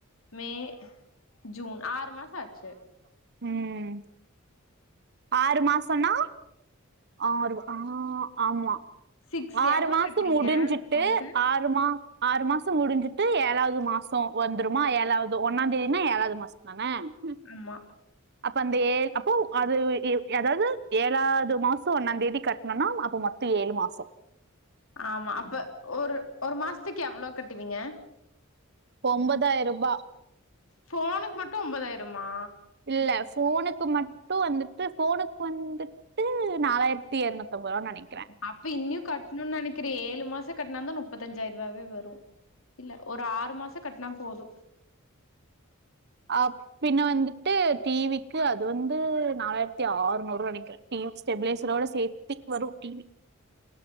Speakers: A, on the left (about 70°); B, on the right (about 55°).
A: மே ஜூன் ஆறு மாச ஆச்சு
B: ம் ஆறு மாசன்னா ஆறு ஆ ஆமா
A: சிக்ஸ்
B: ஆறு
A: எவ்ளோ
B: மாசத்து
A: கட்றீங்க
B: முடிஞ்சுட்டு
A: அந்த ஃபோனுக்கு
B: ஆ ஆறு மாச முடிஞ்சுட்டு ஏழாவது மாச வந்துருமா ஏழாவது ஒன்னா தேதினா ஏழாவது மாச மான <unintelligible>
A: ம்மா
B: அப்ப அந்த ஏ அப்போ அது ஏதாவது ஏழாவது மாச ஒன்னா தேதி கட்ணும்னா அப்ப மொத்த பத்து ஏழு மாச
A: ஆமா அப்ப ஒரு ஒரு மாசத்துக்கு எவ்ளோ கட்டுவீங்க
B: ஒம்பதாய்ரூபா
A: போனுக்கு மட்டு ஒம்பதாயிரமா
B: இல்ல போனுக்கு மட்டு வந்துட்டு போனுக்கு வந்து ட்டு நாலாயிரத்தி எரநூத்தம்பது ரூபா நெனை
A: அப்ப இன்னியு கட்ணுனு நெனைக்கிறே ஏழு மாசோ கட்டினாந்தா முப்பத்திஞ்சாயிரரூவாவே வரு இல்ல ஒரு ஆறு மாசோ கட்டுனா போது
B: அ பின்ன வந்துட்டு டி விக்கு அது வந்து நாலாயிரத்தி ஆறுநூறுவா நெனைக்கிறே டீம் ஸ்டெபிலைசரோட சேத்திக்கு வரு டி வி